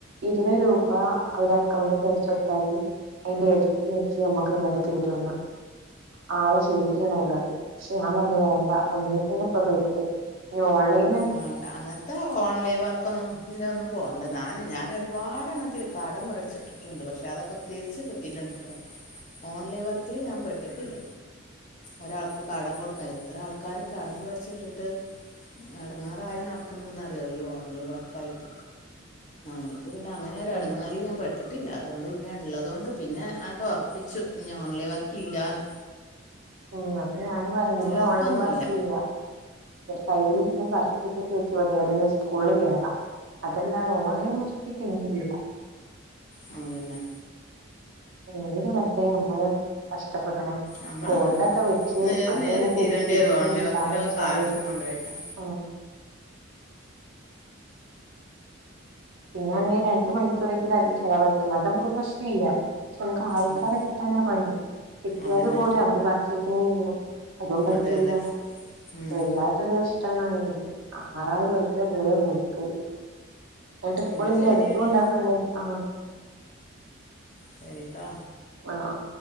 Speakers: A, on the right (about 70°); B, on the left (about 35°).
A: ഇരുപത് രൂപ അവരെ അക്കൗണ്ടിൽ അയച്ച് കൊടുത്താൽ മതി അതിൻ്റെ എർട്ടി എരട്ടി നമ്മക്ക് തരൂന്ന് ആളെ <inaudible> വന്നത് പക്ഷ ഞാൻ പറുഞ്ഞു വേണ്ട ഒന്ന <inaudible> ഓൺലൈ
B: ആഹ് അങ്ങനത്തെ ഓൺലൈൻ വർക്ക് അങ്ങൻത്തെഒന്നും പോകണ്ട ഞാൻ ഞാൻ ഒരുപാട് എണ്ണത്തിൽ കടം മേടിച്ചിട്ട് ട്ടുണ്ട് പക്ഷെ അതൊക്കെ തിരിച്ച് കിട്ടിറ്റ്ണ്ട്ട്ടോ. ഓൺലൈൻ വർക്കില് ഞാൻ പെട്ട്ട്ടില്ല. ഒരാൾക്കും കടം കൊടുക്കാ എത്ര ആൾക്കാര് കടം വേട്‌ച്ച്‌ട്ടിട്ട് എട്ങ്ങേറായി നടക്ക്ണ്ട്ന്നറിയോ ഈ ഓൺലൈൻ വർക്കായിട്ട് എനിക്ക് പിന്നെ അങ്ങന ഞ്ഞെരു
A: ഉം
B: എട്ങ്ങേർല് ഞാൻ പെട്ട് പെട്ട്ട്ടില്ല അതുകൊണ്ട് പിന്നെ ഇള്ളതോണ്ട് പിന്നെ ആട്ടൊർപ്പിച്ചു. ഇഞ്ഞ് ഓൺലൈൻ വർക്ക്ല്ലാന്ന്
A: ഉം അപ്പൊ ഞാനും പറ ഞ്ഞ്ഓൺലൈം
B: വർക്കൊന്നുമില്ല
A: വർക്ക്ല്ല്യ കയ്യിലുള്ള സർട്ടിഫിക്കറ്റ് വെച്ച് ഏതെങ്കി സ്കൂള് കേറാ അതല്ലാതെ ഓൺലൈൻ വർക്ക്ക്കിഞ്ഞില്ല
B: ഉം അതന്നെ
A: ത് വെറുതെ നമ്മള് കഷ്ട്ടപ്പെടണം
B: നമ്മള്
A: ഗോൾഡൊക്കെ വെച്ച്
B: നേറി
A: അതൊന്ന്
B: നേറി തീരേണ്ടി
A: തിരിച്ച്
B: വരും ഓൺലി
A: കിട്ടാന്നെച്ചാല്
B: വർക്കിലൊക്കെ കാശും കൊണ്ടോയിട്ടാ
A: ആ പിന്നാണെ രണ്ടു മണിക്കൂറെങ്കിലും അതും ചെലവഴിക്കണം അതമ്മക്ക് പ്രശ്നേയില്ല പക്ഷെ നമക്ക് ആൾക്കാരെ
B: അതെ
A: കിട്ടാനാ പണി. കിട്ടിയാല്
B: അതന്നെ
A: പോരാ അവര് പർച്ചേസിങ്ങെയ്യണം അതും പറ്റൂല്ല
B: അതെ അതെ ഉം
A: എല്ലാ മറ്റൊരു കഷ്ട്ടാണായത് ആറായിരൊർപ്യ പോയ പോക്ക് ന്നട്ട് ഇപ്പളും
B: എന്നാ
A: ഈ
B: ശരിയടി
A: അടുത്തുംണ്ടാപെണ്ണ് ആഹ്
B: ശരിട്ടാ
A: ആഹ് ആഹ്